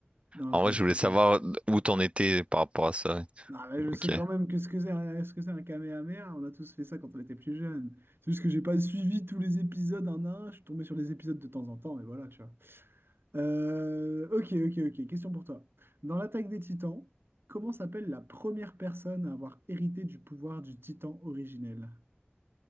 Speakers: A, on the right; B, on the right.
A: Non,
B: en
A: j'ai
B: vrai,
A: eu
B: je
A: très
B: voulais savoir
A: peur.
B: où t'en étais par rapport à ça.
A: Non, mais je sais
B: Ok.
A: quand même que ce que c'est un, ce que c'est un Kamehameha, on a tous fait ça quand on était plus jeune. C'est juste que j'ai pas suivi tous les épisodes un à un, je suis tombé sur les épisodes de temps en temps, mais voilà, tu vois. Euh, ok, ok, ok. Question pour toi. Dans l'attaque des Titans, comment s'appelle la première personne à avoir hérité du pouvoir du Titan originel?